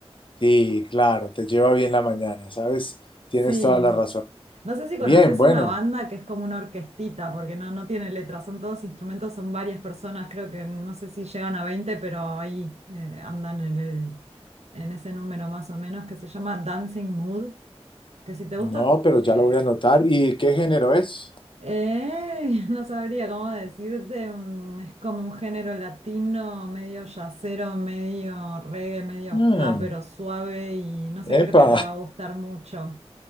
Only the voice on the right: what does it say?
Sí.
No sé si conoces
una banda que es como una orquestita, porque no, no tiene letras, son todos instrumentos, son varias personas, creo que no sé si llegan a 20, pero ahí eh, andan en el, en ese número más o menos, que se llama Dancing Mood, que si te
gusta,
eh,
eh, <laughs> no sabría cómo decirte, mm, es como un género latino, medio yacero, medio reggae, medio
ska, pero suave y no sé, creo
que te va a gustar mucho.